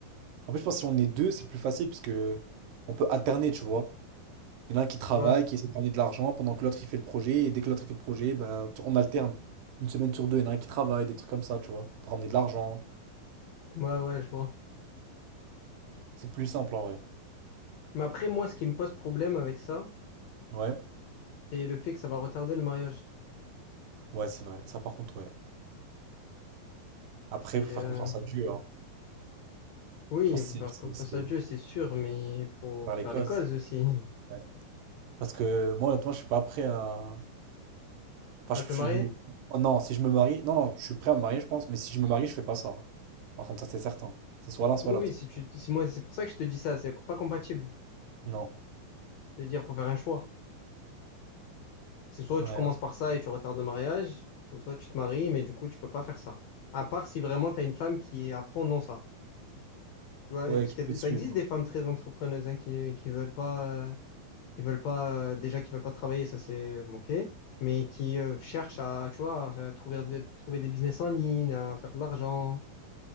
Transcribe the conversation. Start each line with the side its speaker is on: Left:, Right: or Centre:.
Right: En fait, je pense que si on est deux, c'est plus facile, parce que on peut alterner, tu vois. Il y en a un qui travaille,
Left: vois.
Right: qui essaie de ramener de l'argent pendant que l'autre il fait le projet, et dès que l'autre il fait le projet, bah, tu- on alterne. Une semaine sur deux, il y en a un qui travaille, des trucs comme ça, tu vois, pour ramener de l'argent.
Left: Ouais, ouais, je vois.
Right: C'est plus simple en vrai.
Left: Mais après, moi, ce qui me pose problème avec ça,
Right: Ouais,
Left: c'est le fait que ça va retarder le mariage.
Right: ouais, c'est vrai. Ça par contre, ouais. Après,
Left: Et,
Right: faut
Left: euh,
Right: faire confiance à Dieu, hein.
Left: Oui,
Right: Je pense
Left: il faut
Right: que
Left: faire
Right: c'est c'est-
Left: confiance
Right: c'est
Left: à Dieu, c'est sûr, mais il faut
Right: par
Left: faire
Right: les causes.
Left: les causes aussi. <laughs>
Right: Ouais. Parce que moi, honnêtement, je suis pas prêt à. Enfin,
Left: À te marier?
Right: je, je me- Oh non, si je me marie. Non, non, je suis prêt à me marier, je pense, mais si je me marie, je fais pas ça. Par contre, ça c'est certain. C'est soit l'un, soit
Left: Oui, oui,
Right: l'autre.
Left: si tu, si moi, c'est pour ça que je te dis ça, c'est pas compatible.
Right: Non.
Left: C'est-à-dire, faut faire un choix. C'est soit
Right: Ouais.
Left: tu commences par ça et tu retardes le mariage, ou soit tu te maries, mais du coup, tu peux pas faire ça. À part si vraiment tu as une femme qui est à fond dans ça. Tu vois,
Right: Ouais,
Left: et parce
Right: qui
Left: que
Right: peut te
Left: ça
Right: suivre.
Left: existe des femmes très entrepreneuses hein, qui, qui veulent pas, euh, qui veulent pas, euh, déjà qui veulent pas travailler, ça c'est bon, ok, mais qui euh, cherchent à, tu vois, à trouver, des- trouver des business en ligne, à faire de l'argent